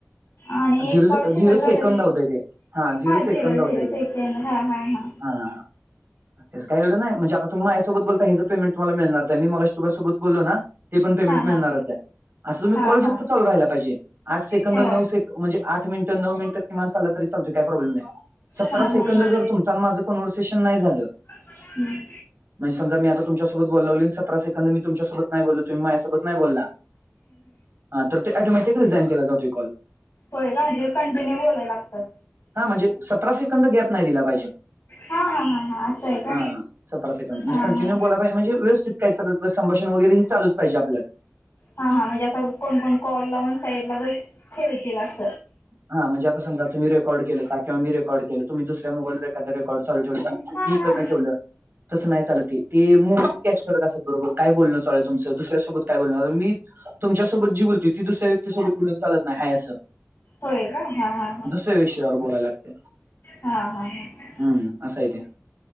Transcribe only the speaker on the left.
आणि
एक कॉल शिल्लक
राहीलेला
हा झिरो
झिरो
सेकेंड हा हा हा.
हां
हां हां
हां
हो
हां
हां हां
हम्म.
होय का म्हणजे कंटिन्यू बोलायला लागतय.
हां हां हां हां असं आहे का
हां
हां
हा हा म्हणजे असं कोण कोण कॉल लावून साईडला बस खेळतील अस
हां
हां
होय का? हा हा हा.
हा हा हा.